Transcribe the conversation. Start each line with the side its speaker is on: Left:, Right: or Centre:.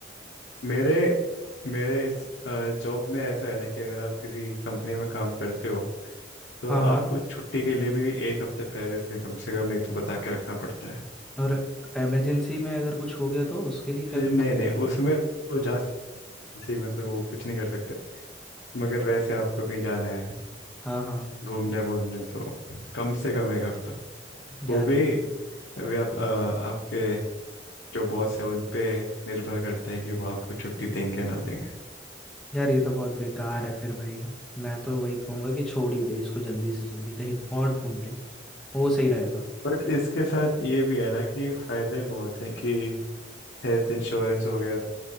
Left: मेरे मेरे इस जॉब में ऐसा है ना कि अगर आप किसी कंपनी में काम करते हो तो
Centre: हाँ हाँ
Left: आपको छुट्टी के लिए भी एक हफ्ते पहले से कम से कम नहीं तो बता के रखना पड़ता है
Centre: और इमरजेंसी में अगर कुछ हो गया तो उसके लिए क्या
Left: ए,
Centre: करना
Left: नहीं
Centre: पड़ेगा
Left: नहीं उसमें तो जा सी में तो वो कुछ नहीं कर सकते मगर वैसे आपको कहीं जाना है
Centre: हाँ हाँ
Left: घूमने वूमने तो कम से कम एक हफ्ता वो
Centre: यार
Left: भी
Centre: ये तो
Left: अभी आप अ, आपके जो बॉस है उन पे निर्भर करता है कि वो आपको छुट्टी देंगे या ना देंगे
Centre: यार ये तो बहुत बेकार है फिर भाई मैं तो वही कहूंगा कि छोड़ ही दे इसको जल्दी से जल्दी कहीं और ढूंढ ले वो सही रहेगा
Left: बट इसके साथ ये भी है ना कि फायदे बहुत हैं कि हेल्थ इंश्योरेंस हो गया